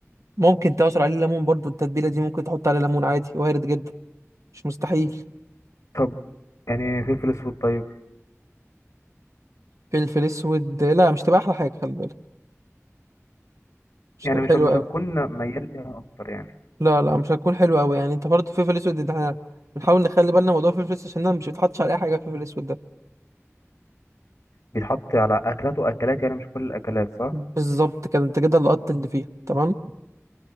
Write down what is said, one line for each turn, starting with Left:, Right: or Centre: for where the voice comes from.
Right: ممكن تعصر عليه ليمون برضه التتبيله دي ممكن تحط عليه ليمون عادي وارد جدا مش مستحيل
Left: طب يعني فلفل اسود طيب
Right: فلفل اسود لا مش تبقى احلى حاجه خلي بالك مش
Left: يعني
Right: تبقى
Left: مش
Right: حلوه
Left: مش هتكون ميال ليها اكتر يعني
Right: لا لا مش هتكون حلوة أوي يعني أنت برضه فلفل أسود ده احنا بنحاول نخلي بالنا موضوع الفلفل الأسود عشان ده مش بيتحطش على أي حاجة الفلفل الأسود ده
Left: بيتحط على اكلات واكلات يعني مش كل الاكلات صح
Right: بالظبط كده أنت كده لقطت اللي فيها تمام